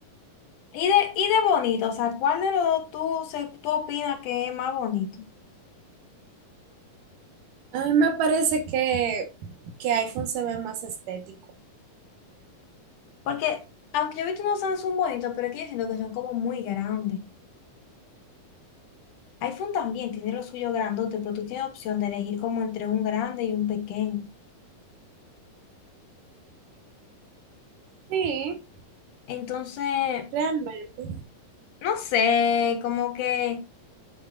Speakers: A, on the left; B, on the right.
A: y de, y de bonito, o sea, ¿cuál de los dos tú, se- tú opinas que es más bonito?
B: A mí me parece que, que iPhone se ve más estético.
A: Porque, aunque yo he visto unos Samsung bonitos, pero es que yo siento que son como muy grandes. iPhone también tiene lo suyo grandote, pero tú tienes opción de elegir como entre un grande y un pequeño.
B: Sí,
A: Entonces,
B: realmente.
A: no sé, como que...